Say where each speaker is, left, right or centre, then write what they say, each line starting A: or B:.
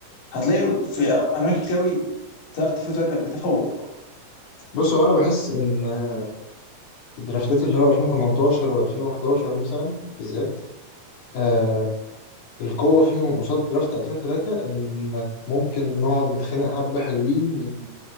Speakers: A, on the left; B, on the left.
A: هتلاقي في اماكن كتير قوي درافت فيه ثلاثه بتفوق
B: بص هو انا بحس ان آه، الدرافتات اللي هو 2018 و2011 مثلا بالذات آه القوة فيهم قصاد درافت 2003 انك ممكن نقعد نتخانق حبة حلوين من